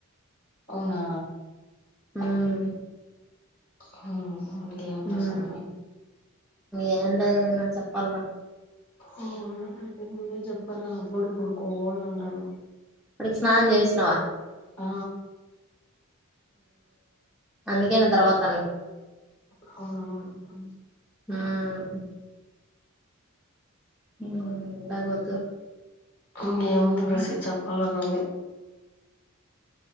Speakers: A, on the left; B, in the centre.
A: అవునా
B: హ్మ్మ్
A: హ్మ్మ్ ఇంకేమి ప్రసన్న
B: ఉమ్ ఏం లేదు వదిన చెప్పల్ల
A: నువ్వే చెప్పాల అబ్బుడు పడుకోని ఉన్నాడు
B: డికి స్నానం చేసినావా
A: ఆ
B: అందుకే నా తర్వాత
A: అవును అవును
B: ఉమ్ మేమ్ ఉండగోద్దు
A: ఇంగే ముంది బ్రెసి చప్పాల నువ్వే